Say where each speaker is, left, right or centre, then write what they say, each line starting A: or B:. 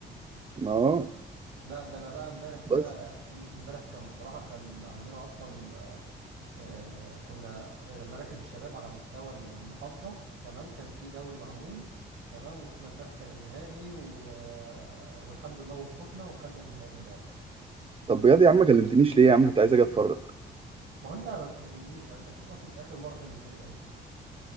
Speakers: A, on the right (about 30°); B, on the right (about 80°).
A: اه
B: لا ده انا بقى امبارح بقى
A: بس
B: يعني امبارح كان بصراحه كان عندنا اصلا آه، كنا مراكز الشباب على مستوى المحافظة تمام كان في دوري معمول تمام واحنا امبارح كان النهائي و... آه، والحمد لله وفقنا وخدنا النهائي امبارح
A: طب بجد يا عم ما كلمتنيش ليه يا عم كنت عايز اجي اتفرج
B: ما هو انت ما بتكلمنيش يعني انت شوف اصلا انت اخر مرة كلمتني امتى